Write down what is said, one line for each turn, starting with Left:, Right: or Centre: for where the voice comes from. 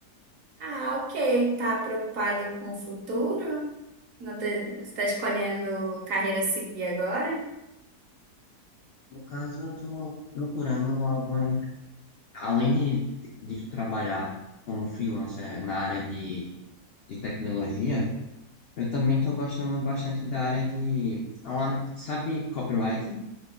Right: Ah, ok. Tá preocupada com o futuro? Não te- Você está escolhendo carreira a seguir agora?
Left: No caso, eu tô procurando algumas, além de, de trabalhar como freelancer na área de, de tecnologia, eu também tô gostando bastante da área de, é uma- sabe, copyright?